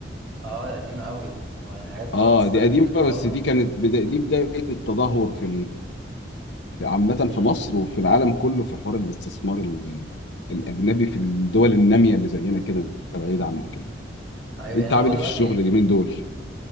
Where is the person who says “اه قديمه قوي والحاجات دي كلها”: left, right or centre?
Right